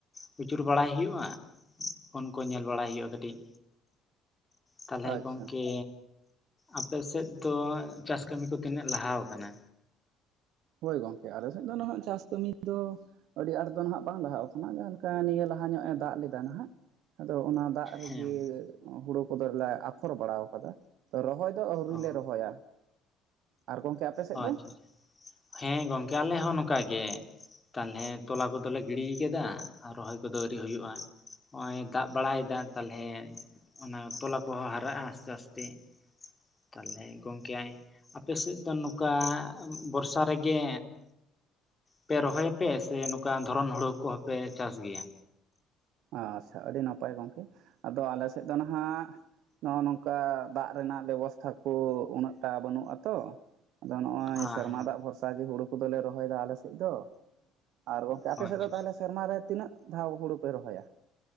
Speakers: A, on the left; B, on the right.
A: ᱠᱷᱩᱪᱩᱨ ᱵᱟᱲᱟᱭ ᱦᱩᱭᱩᱜᱼᱟ ᱯᱷᱳᱱ ᱠᱚ ᱧᱮᱞ ᱵᱟᱲᱟᱭ ᱦᱩᱭᱩᱜᱼᱟ ᱠᱟᱹᱴᱤᱡ, ᱛᱟᱦᱚᱞᱮ
B: ᱟᱪᱪᱷᱟ
A: ᱜᱚᱝᱠᱮᱼᱼ ᱟᱯᱮ ᱥᱮᱫ ᱫᱚ ᱪᱟᱥ ᱠᱟᱹᱢᱤ ᱠᱚ ᱛᱤᱱᱟᱹᱜ ᱞᱟᱦᱟ ᱟᱠᱟᱱᱟ?
B: ᱦᱚᱭ ᱜᱚᱝᱠᱮ ᱟᱞᱮ ᱥᱮᱫ ᱫᱚ ᱱᱟᱦᱜ ᱪᱟᱥ ᱠᱟᱹᱢᱤ ᱫᱚ ᱟᱹᱰᱤ ᱟᱸᱴ ᱫᱚ ᱱᱟᱦᱜ ᱵᱟᱝ ᱞᱟᱦᱟᱣ ᱠᱷᱚᱱᱟᱜ ᱡᱟᱦᱟᱸ ᱞᱮᱠᱟ ᱱᱤᱭᱟᱹ ᱞᱟᱦᱟ ᱧᱚᱜ ᱮ ᱫᱟᱜ ᱞᱮᱫᱟ ᱱᱟᱦᱟᱜ ᱟᱫᱚ ᱚᱱᱟ ᱫᱟᱜ ᱨᱮᱜᱮ
A: ᱦᱮᱸ
B: ᱦᱩᱲᱩ ᱠᱚᱫᱚᱞᱮ ᱟᱯᱷᱚᱨ ᱵᱟᱲᱟ ᱟᱠᱟᱫᱟ ᱟᱫᱚ ᱨᱚᱦᱚᱭ ᱛᱚ ᱟᱹᱣᱨᱤ
A: ᱚ
B: ᱞᱮ ᱨᱚᱦᱚᱭᱟ ᱟᱨ ᱜᱚᱝᱠᱮ ᱟᱯᱮ ᱥᱮᱫ
A: ᱚ
B: ᱫᱚ
A: ᱟᱪᱪᱷᱟ ᱪᱟ ᱦᱮᱸ ᱜᱚᱝᱠᱮ ᱟᱞᱮ ᱦᱚᱸ ᱱᱚᱝᱠᱟ ᱜᱮ ᱛᱟᱦᱚᱞᱮ ᱛᱚᱞᱟ ᱠᱚᱫᱚᱞᱮ ᱜᱤᱲᱤᱭ ᱠᱟᱫᱟ ᱨᱚᱦᱚᱭ ᱠᱚᱫᱚ ᱟᱹᱣᱨᱤ ᱦᱩᱭᱩᱜᱼᱟ ᱱᱚᱜᱼᱚᱭ ᱫᱟᱜ ᱵᱟᱲᱟᱭᱫᱟ ᱛᱟᱞᱮᱦᱮ ᱚᱱᱟ ᱛᱚᱞᱟ ᱠᱚᱦᱚᱸ ᱦᱟᱨᱟᱜᱼᱟ ᱟᱥᱛᱮ ᱟᱥᱛᱮ ᱛᱟᱦᱚᱞᱮ ᱜᱚᱝᱠᱮ ᱟᱯᱮ ᱥᱮᱫ ᱫᱚ ᱱᱚᱝᱠᱼᱼ ᱠᱟ ᱵᱚᱨᱥᱟ ᱨᱮᱜᱮ ᱯᱮ ᱨᱚᱦᱚᱭ ᱯᱮ ᱥᱮ ᱱᱚᱝᱠᱟ ᱫᱷᱚᱨᱚᱱ ᱦᱩᱲᱩ ᱠᱚᱦᱚᱸᱯᱮ ᱪᱟᱥ ᱜᱮᱭᱟ
B: ᱟᱪᱪᱷᱟ ᱟᱹᱰᱤ ᱱᱟᱯᱟᱭ ᱜᱚᱝᱠᱮ ᱟᱫᱚ ᱟᱞᱮ ᱥᱮᱫ ᱫᱚ ᱱᱟᱦᱟᱜᱼᱼ ᱱᱚᱜ-ᱚ ᱱᱚᱝᱠᱟ ᱫᱟᱜ ᱨᱮᱱᱟᱜ ᱵᱮᱵᱚᱥᱛᱟ ᱠᱚ ᱩᱱᱟᱹᱜ ᱴᱟ ᱵᱟᱹᱱᱩᱜᱼᱟ ᱛᱚ ᱟᱫᱚ ᱱᱚᱜᱼᱚᱭ
A: ᱦᱮᱸ
B: ᱥᱮᱨᱢᱟ ᱫᱟᱜ ᱵᱷᱚᱨᱥᱟ ᱜᱮ ᱦᱩᱲᱩ ᱠᱚᱫᱚᱞᱮ ᱨᱚᱦᱚᱭ ᱫᱟ ᱟᱞᱮ ᱥᱮᱫ ᱫᱚ ᱟᱨ ᱜᱚᱝᱠᱮ ᱟᱯᱮ
A: ᱦᱮᱸ
B: ᱥᱮᱫ
A: ᱟᱪᱪᱷᱟ
B: ᱫᱚ ᱛᱟᱦᱚᱞᱮ ᱥᱮᱨᱢᱟᱨᱮ ᱛᱤᱱᱟᱹᱜ ᱫᱷᱟᱣ ᱦᱩᱲᱩ ᱯᱮ ᱨᱚᱦᱚᱭᱟ?